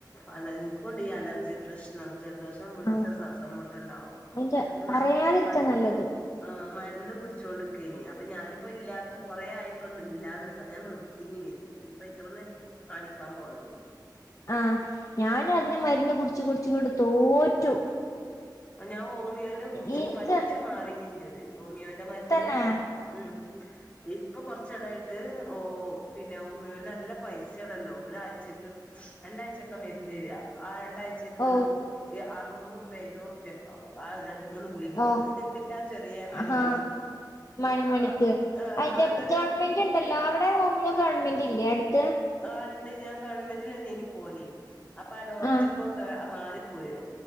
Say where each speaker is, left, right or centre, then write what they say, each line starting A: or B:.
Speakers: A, on the left; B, on the left.
A: അതെ ഇന്ക്കുണ്ട് ഈ അലർജി പ്രശ്നം ജൽ <inaudible> വെശം കുട്ച്ച
B: ആ
A: സാസംമുട്ട്ണ്ടാവും
B: അതിന്റെ
A: അതിന്
B: പറയാതിരിക്കാ
A: മര്ന്ന്
B: നല്ലത്
A: ആ മര്ന്ന് കുടിച്ചൊണ്ട് ഗിനിയ പ്പൊ ഞാനിപൊ ഇല്ലാത് കൊറെ ആയി പ്പ ഇല്ലാന്നട്ട അപ്പ ഞാൻ നിർത്തിവിർന്ന ഇനിയിപ്പചോന്ന് കാണിക്കാൻ പൊണ്ടിവരും
B: അഹ് ഞാനതിന് മര്ന്ന് കുടിച് കുട്ച് ഇങ്ങട്ട് തോറ്റു
A: ഞാൻ ഹോമിയോന്റെ കുടിച്ചിട്ട്
B: എനിക്ക്
A: പറ്റ മാറിനിൻ്റത് ഹോമിയോന്റെ മര്ന്ന്
B: തന്നെ
A: ഉം ഇപ്പൊ കൊറച്ചടായിട്ട് ഓ പിന്നെ ഹോമിയോനല്ല പൈസേണല്ലോ ഒരാഴ്ചക്ക് രണ്ടാഴ്ചക്കെ മര്നേര ആ ണ്ടാഴ്ചക്ക്
B: ഓ
A: <unintelligible> നൂറുപയ് ഇരുനൂറു പ്യാകവും <unintelligible> മൂന്ന് ഗുളികക്ക്
B: ഓ
A: ആ ചെറിയെ മണിമണി
B: ഹാ മണിമണിക്ക്
A: അപ്പൊ ആ
B: അതിന്റെ
A: നൊരു
B: ഗവൺമെന്റ് ഉണ്ടല്ലോ അവിടെ ഹോമിയോ ഗവൺമെ ല്ലേ അട്ത്ത്
A: ആ ഉണ്ട് ഞാൻ ഗവൺമെന്റിലെന്നെയന്നി പോവലി അപ്പൊ ആ ഡോക്റ്റ്
B: ആഹ്
A: പ്പോ <unintelligible> മാറി പൊയിണ്